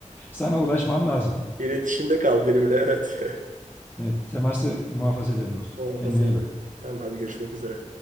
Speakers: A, on the left; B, on the right.
A: Sana ulaşmam lazım.
B: İletişimde kal benimle. Evet.
A: Evet, teması muhafaza ederim dostum.
B: <laughs> Muhafaza
A: Kendine iyi
B: ederim.
A: bak.
B: Tamam hadi görüşmek üzere.